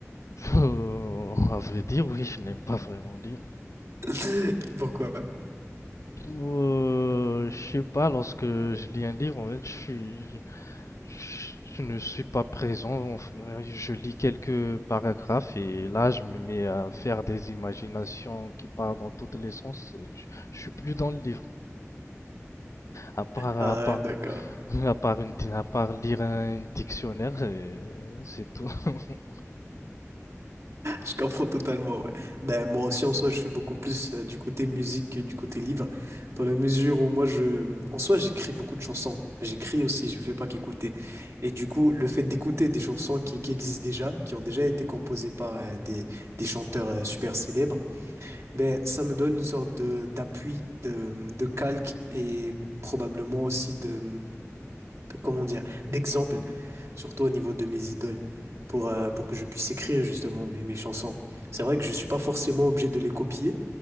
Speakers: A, on the left; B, on the right.
A: Euh, à vrai dire, oui, je n'aime pas vraiment lire.
B: <laughs> Pourquoi?
A: Euh, je sais pas, lorsque je lis un livre, en fait, je suis, je, je ne suis pas présent. Enfin, Je lis quelques paragraphes et là, je me mets à faire des imaginations qui partent dans tous les sens. et je, je suis plus dans le livre. À part, à
B: Ah,
A: part,
B: d'accord.
A: <laughs> à part une, à part lire un dictionnaire, et c'est tout. <laughs>
B: Je comprends totalement, ouais. Ben, moi aussi, en soi, je suis beaucoup plus euh, du côté musique que du côté livre, dans la mesure où moi, je, en soi, j'écris beaucoup de chansons. J'écris aussi, je fais pas qu'écouter. Et du coup, le fait d'écouter des chansons qui, qui existent déjà, qui ont déjà été composées par euh, des, des chanteurs euh, super célèbres, Ben, ça me donne une sorte de d'appui, de, de calque et probablement aussi de, de- comment dire, d'exemple, surtout au niveau de mes idoles, pour, euh, pour que je puisse écrire justement mes, mes chansons. C'est vrai que je suis pas forcément obligé de les copier,